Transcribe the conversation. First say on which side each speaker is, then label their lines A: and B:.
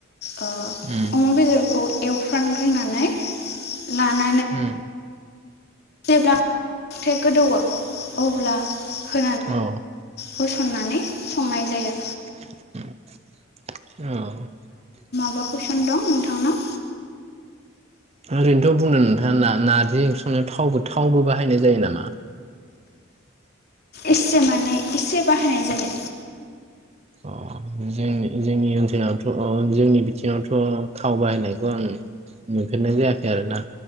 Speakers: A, on the left; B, on the right.
A: <inaudible>
B: उम
A: अमा बेदरखौ एवफ्रानग्रोनानै लाना
B: होम
A: जेब्ला <inaudible> गोदौवो अब्ला हो
B: औ
A: होसननानै संनाय जायो
B: <inaudible> औ
A: बा कुइसन दं नोंथांनाव
B: आरो थ बुंदो नोंथाङा ना नारजि ओंख्रै संनायाव थाव थावबो बाहायनाय जायो नामा?
A: एसे माने एसे बाहायनाय जायो
B: अ जों जोंनि ओनसोलावथ अ जोंनि बिथिङावथ थाव बाहायनायखौ आं नुफेरनाय जायाखै आरोना